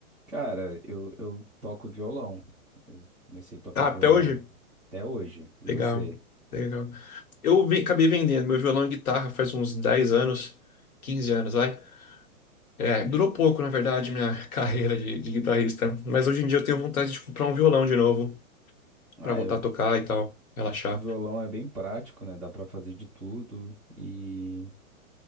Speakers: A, in the centre; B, on the left.
A: cara, eu, eu toco violão. Eu comecei a tocar
B: Ah,
A: violão
B: até hoje?
A: até hoje. E você?
B: Legal, legal. Eu vi- acabei vendendo meu violão e guitarra faz uns 10 anos, 15 anos, vai. É, durou pouco, na verdade, minha <laughs> carreira de, de guitarrista. Mas hoje em dia eu tenho vontade de comprar um violão de novo.
A: ah
B: Pra voltar
A: eu
B: a tocar e tal, relaxar.
A: Acho que o violão é bem prático, né? Dá pra fazer de tudo e,